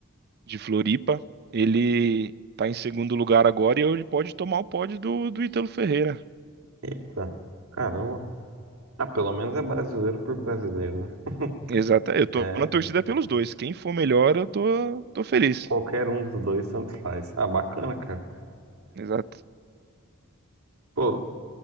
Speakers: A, on the right; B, on the right.
A: de Floripa, ele tá em segundo lugar agora e ele pode tomar o pódio do, do Ítalo Ferreira.
B: eita, caramba. Ah, pelo menos é brasileiro por brasileiro, né? <laughs>
A: Exato, eu tô
B: É,
A: na torcida pelos dois. Quem for melhor, eu tô, tô feliz.
B: qualquer um dos dois, tanto faz. Ah, bacana, cara.
A: Exato.
B: Pô,